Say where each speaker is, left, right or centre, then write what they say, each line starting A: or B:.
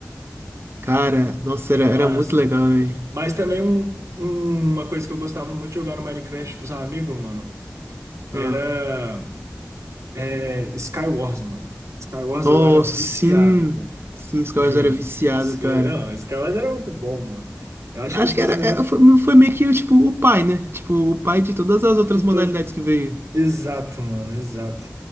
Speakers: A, on the right; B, on the right.
A: Cara, nossa,
B: Era
A: era, era
B: massa.
A: muito legal, velho.
B: Mas também um- um- uma coisa que eu gostava muito de jogar no Minecraft com os amigos, mano, era
A: Ah.
B: é, Skywars, mano. Skywars
A: Oh,
B: eu era viciado,
A: sim.
B: pô.
A: Sim, os caras
B: Juro.
A: era viciado,
B: Sky-
A: cara.
B: Não, Skywars era muito bom, mano. Eu acho
A: Acho
B: que foi
A: que
B: um
A: era,
B: dos melhores.
A: é, foi, foi meio que tipo, o pai, né? Tipo, o pai de todas as outras
B: De todos.
A: modalidades que veio.
B: Exato, mano, exato.